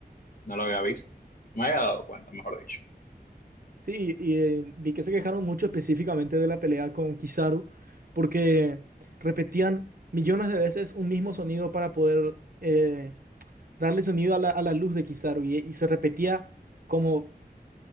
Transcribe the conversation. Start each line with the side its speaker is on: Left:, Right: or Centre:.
Left: no lo había visto, no me había dado cuenta, mejor dicho.
Right: Sí, y eh, vi que se quejaron mucho específicamente de la pelea con Kizaru porque repetían millones de veces un mismo sonido para poder eh, darle sonido a la, a la luz de Kizaru y, y se repetía como